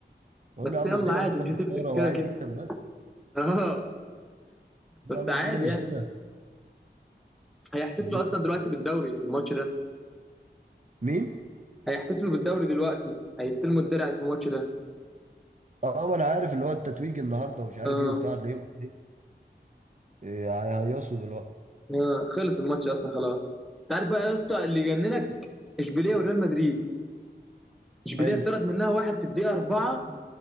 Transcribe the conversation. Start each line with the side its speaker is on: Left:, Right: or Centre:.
Right: اقول
Centre: بس
Right: له يا عم
Centre: يلا
Right: الدنيا
Centre: عادي
Right: ماشيه
Centre: مش
Right: بشاره
Centre: هتفرق
Right: وعايز
Centre: كده كده
Right: يكسب بس
Centre: <laughs> اه
Right: اقول
Centre: بس
Right: له يا عم
Centre: عادي
Right: الدنيا مش
Centre: يعني
Right: كده
Centre: هيحتفلوا
Right: الدنيا
Centre: اصلا دلوقتي بالدوري في الماتش ده
Right: مين
Centre: هيحتفلوا بالدوري دلوقتي هيستلموا الدرع في الماتش ده
Right: اه ما انا عارف اللي هو التتويج النهارده ومش عارف
Centre: اه
Right: ايه وبتاع تلاقيهم ايه هيهيصوا دلوقتي
Centre: اه خلص الماتش اصلا خلاص انت عارف بقى يا اسطى اللي يجننك اشبيليه وريال مدريد اشبيليه
Right: حلو
Centre: اتطرد منها واحد في الدقيقه اربعه